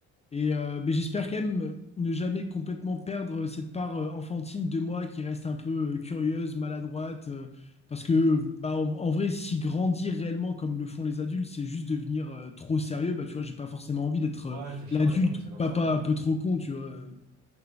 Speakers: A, on the left; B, on the right.
A: Et euh, mais j'espère quand même ne jamais complètement perdre cette part euh, enfantine de moi qui reste un peu euh, curieuse, maladroite. euh, parce que bah, en, en vrai, si grandir réellement comme le font les adultes, c'est juste devenir euh, trop sérieux, bah tu vois, j'ai pas forcément envie d'être
B: ouais
A: euh,
B: c'est chiant
A: l'adulte
B: les gens qui
A: ou
B: sont
A: le
B: comme
A: papa
B: ça
A: un peu trop con, tu vois. euh,